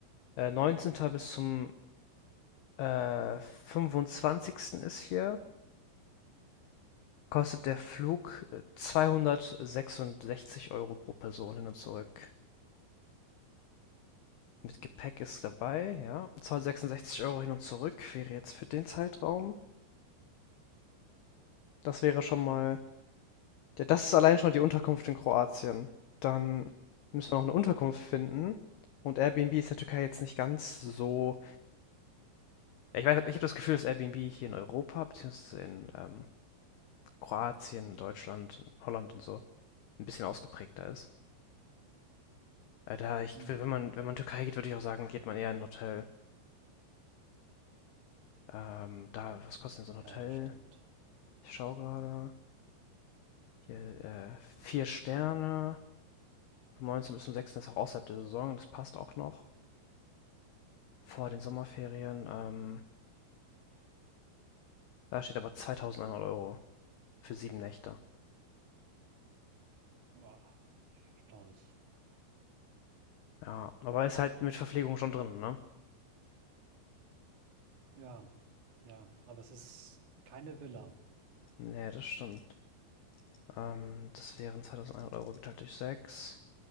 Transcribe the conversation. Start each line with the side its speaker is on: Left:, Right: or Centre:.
Left: Äh, 19. bis zum äh, 25. ist hier. Kostet der Flug äh, 266 Euro pro Person hin und zurück. Mit
Right: Hm.
Left: Gepäck ist dabei, ja. zweihundertsechsundsechzig Euro hin und zurück wäre jetzt für den Zeitraum. Das wäre schon mal. Ja, das ist allein schon die Unterkunft in Kroatien. Dann müssen wir noch eine Unterkunft finden. Und Airbnb ist in der Türkei jetzt nicht ganz so Ja, ich weiß, ich habe das Gefühl, dass Airbnb hier in Europa, beziehungsweise in ähm, Kroatien, Deutschland, Holland und so, ein bisschen ausgeprägter ist. Äh, da ich,
Right: Mhm.
Left: wenn man, wenn man in die Türkei geht, würde ich auch sagen, geht man eher in ein Hotel. Ähm, da, was kostet denn so ein Hotel?
Right: Ja, das stimmt.
Left: Ich schaue gerade. Hier, äh, vier Sterne. Vom 19. bis zum 6. ist auch außerhalb der Saison. Das passt auch noch. Vor den Sommerferien. Ähm, da steht aber 2100 Euro für sieben Nächte.
Right: Boah, stolz.
Left: Ja, aber ist halt mit Verpflegung schon drin, ne?
Right: Ja, ja, aber es ist keine Villa
Left: Nee, das stimmt. Ähm, das wären 2100 Euro geteilt durch sechs